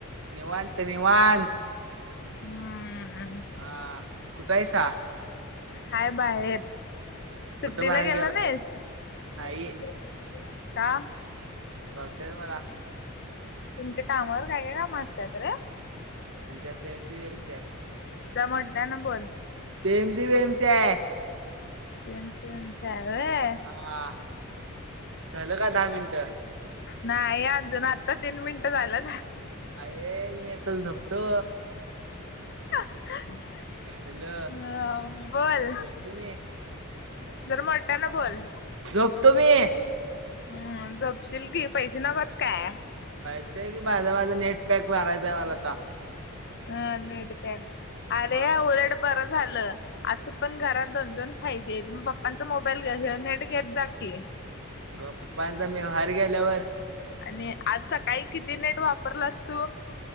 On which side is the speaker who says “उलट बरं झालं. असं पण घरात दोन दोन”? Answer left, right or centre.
Left